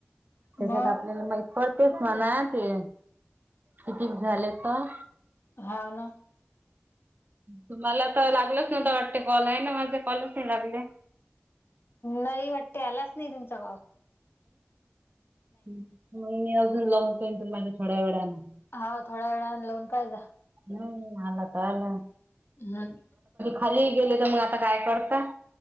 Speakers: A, on the right; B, on the left.
A: त्याच्यात
B: मग
A: आपल्याला माहि पडतेस म्हणा ते कतीक झाले तर
B: हाव ना
A: तु मला तर लागलच नव्हत वाटते कॉल आहे ना माझे कॉलच नाही लागले
B: नाही वाटते आलाच नाही तुमचा काॉप
A: मग मी अजून लावून पन तुमला थोड्या वेळने
B: होा थोड्या वेळा लोन पाहिज
A: हम् नला तलं
B: हम्
A: खाली गेल तर मग आता काय करत